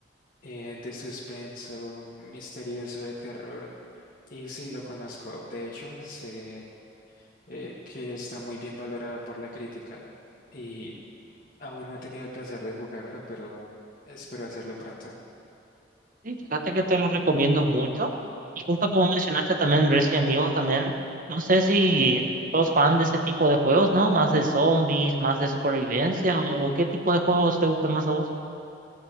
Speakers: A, on the left; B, on the right.
A: eh, de suspenso, misterioso, de terror. Y sí, lo conozco. De hecho, sé eh, que está muy bien valorado por la crítica y aún no he tenido el placer de jugarlo, pero espero hacerlo pronto.
B: Sí, fíjate que te lo recomiendo mucho. Y justo como mencionaste también Resident Evil también, no sé si sos fan de ese tipo de juegos, ¿no? Más de zombies, más de supervivencia, o o qué tipo de juegos te gustan más a vos.